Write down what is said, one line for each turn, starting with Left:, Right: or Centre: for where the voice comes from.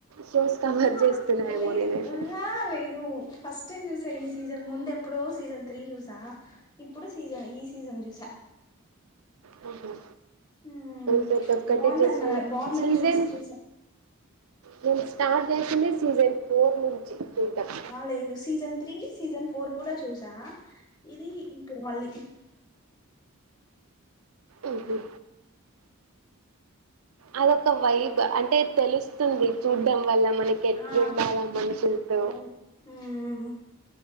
Right: షోస్ కవర్
Left: ఆ
Right: చేస్తున్నాయేమో
Left: లేదు
Right: నేనైతే
Left: ఉన్నా లేదు ఫస్ట్ ఏం చూసా ఈ సీజన్ ముందు ఎప్పుడో సీజన్ త్రీ చూసా ఇప్పుడు సీజన్ ఈ సీజన్ చూసా
Right: మనం
Left: హ్మ్
Right: ప్రతి ఒక్కటి
Left: బాగుందన్న
Right: చేసినం
Left: బాగుందని
Right: సీజన్
Left: చూసి చూసా
Right: నేను స్టార్ట్ చేసింది సీజన్ ఫోర్ నుంచి చూద్దాం
Left: ఆ లేదు సీజన్ త్రీ సీజన్ ఫ ఫోర్ కూడా చూసా ఇది ఇప్పుడు మళ్ళీ
Right: ఓహో అదొక వైబ్ అంటే తెలుస్ తుంది చూడ్డం వల్ల మనకి ఎట్లుండాలా
Left: ఆ
Right: మనుషులతో
Left: అవును హ్మ్